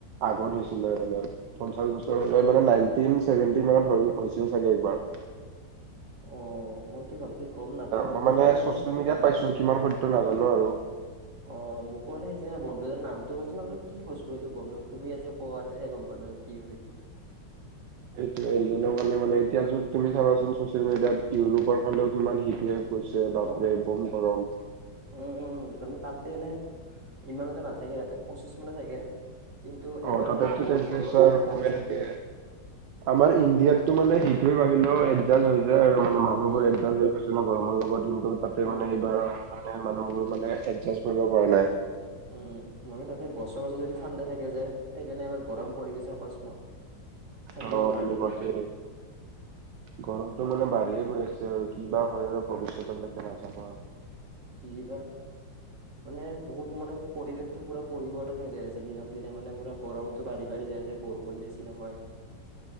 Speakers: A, on the right (about 75°); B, on the right (about 40°).
A: আগত হৈছিলে বোলে। পঞ্চাশ বছৰ <unintelligible> মানে নাইনটিন ছেভেনটি মানত হৈ হৈছিল চাগে একবাৰ।
B: অ', মই টো ভালকে গম নাপাওঁ আৰু
A: মই মানে
B: সেইদিনা
A: চচিয়েল মিডিয়াত
B: উম
A: পাইছোঁ। কিমান সত্য নাজানো আৰু।
B: অ', মোকো মানে সেইজিনা বন্ধু এজনে নামটো কৈছিলে, মই বলো কি বস্তু সেইটো গম <unintelligible> তুমি আজি কআতেহে গ'ম পালোঁ কি হয়তো।
A: এইটোয়ে, এলিনৰ কাৰণে মানে এতিয়া য তুমি চাবাচোন চচিয়েল মিডিয়াত, ইউৰোপৰ ফালেও কিমান হিট ৱেভ। হৈছে বাপৰে।
B: অ
A: বম গৰম।
B: উম, উম। মানে তাতটো এনে ইমান এটা নাথাকে, তাতে পঁচিছ মানে থাকে। কিন্তু
A: অ
B: এবাৰ
A: তাতেতো
B: মানে বহুত
A: টেম্পৰেচাৰ
B: গৰমত মানুহ
A: কমে
B: মৰিছে
A: থাকে
B: তাতে।
A: আমাৰ ইণ্ডিয়াতটো মানে হিট-ৱেভ আহিলেও, এডজাষ্ট হৈ যায় আৰু মানে মানুহবোৰ
B: উম
A: এডজাষ্ট হৈ গৈ <unintelligible> গৰমৰ লগত কিন্তু তাতে
B: উম
A: মানে
B: উম
A: এইবাৰ মানে মানুহবোৰ মানে এডজাষ্ট কৰিব পৰা নাই।
B: উম, মানে তাতে বছৰে-বছৰে যদি ঠাণ্ডা থাকে যে সেইকাৰণে এবাৰ গৰম পৰি গেছে অকস্মাত থাকিব
A: অ',
B: পৰা
A: সেনেকুৱাকে।
B: নাই সেইকাৰণে
A: গৰমতটো মানে বাঢ়িয়ে গৈ আছে আৰু কিবা
B: উম
A: হয় আৰু ভৱিষ্যতৰ লৈকে নাজানো আৰু।
B: কি বা মানে বহুত মানে পৰিৱেশটো পুৰা পৰিবৰ্তন হৈ যায় আছে দিনক দিনে মানে পুৰা গৰমতো বাঢ়ি-বাঢি যায় যে, বৰষুণ বেছি নহয়।